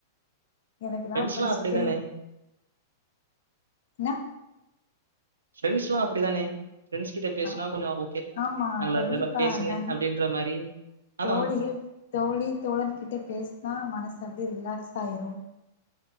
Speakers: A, on the left; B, on the right.
A: எனக்குதா
B: ஃப்ரெண்ட்ஸ்லாம்
A: படிச்சுட்டே
B: அப்படிதானே!
A: ன்னா
B: ஃப்ரெண்ஸெல்லா அப்டிதானே ஃப்ரெண்ட்ஸ் கிட்ட பேசுனா
A: ஆ
B: கொஞ்சோ ஓகே
A: ஆமா
B: நல்ல
A: கண்டிப்பா
B: வேல பேசுனே
A: நன்
B: அப்டின்ற மாரி அதா
A: தோழிகள் தோழி தோழன்கிட்ட பேசினா மனசு அப்டியே ரிலாக்ஸ் ஆயிரு